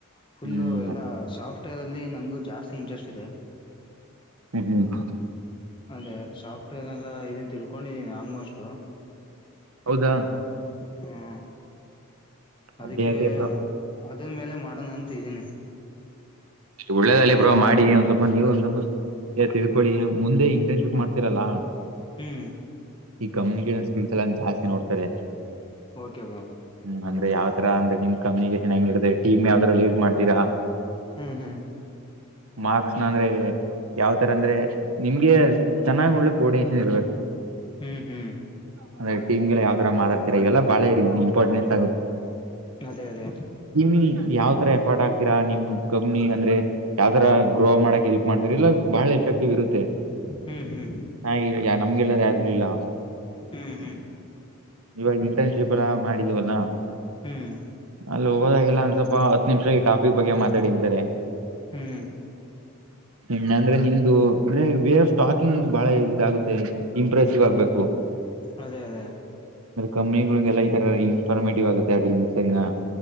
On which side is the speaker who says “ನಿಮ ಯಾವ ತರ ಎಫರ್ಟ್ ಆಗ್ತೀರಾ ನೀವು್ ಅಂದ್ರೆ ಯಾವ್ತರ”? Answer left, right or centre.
Right